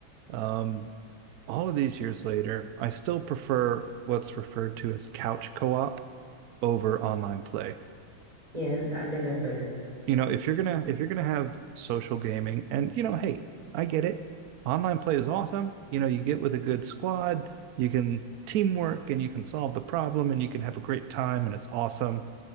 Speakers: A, on the right; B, on the right.
A: um, all of these years later, I still prefer what's referred to as couch co-op over online play.
B: Yeah, I think that's better.
A: you know if you're gonna if you're gonna have social gaming and you know hey i get it online play is awesome you know you get with a good squad you can teamwork and you can solve the problem and you can have a great time and it's awesome